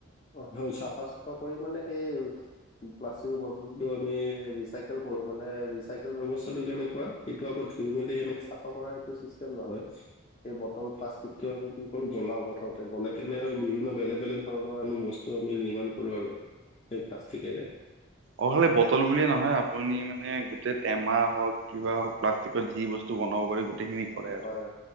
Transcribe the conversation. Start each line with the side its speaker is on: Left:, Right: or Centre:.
Left: অ' হয়, চাফা চুফা কৰি মানে সেই প্লাষ্টিকৰ বটলটো আমি ৰিচাইকেল কৰোঁ, মানে ৰিচাইকেল ব্যৱস্থাটো কেনে কুৱা, সেইটো আকৌ ধুই মেলি সেনেকে চাফা কৰা সেইটো চিষ্টেম নহয়। সেই বটল প্লাষ্টিকটো আমি কি কৰোঁ গলাও প্ৰথমতে গলাই কেনে আৰু বিভিন্ন বেলেগ বেলেগ ধৰণৰ আমি বছ টো আমি নিৰ্মাণ কৰোঁ আৰু সেই প্লাষ্টিকেৰে।
Right: অ' খালি বটল বুলিয়ে নহয় আপুনি মানে গো টেই টেমা হওঁক, কিবা হওঁক, প্লাষ্টিকৰ যি বস্তু বনাব পাৰি গোটেইখিনি কৰে আৰু।
Left: হয়